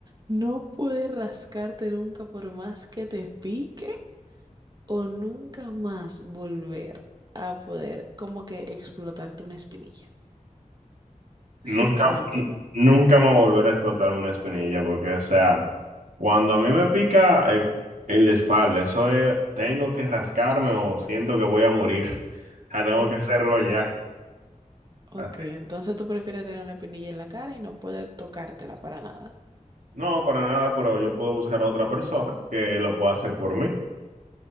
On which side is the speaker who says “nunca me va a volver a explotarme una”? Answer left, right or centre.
Right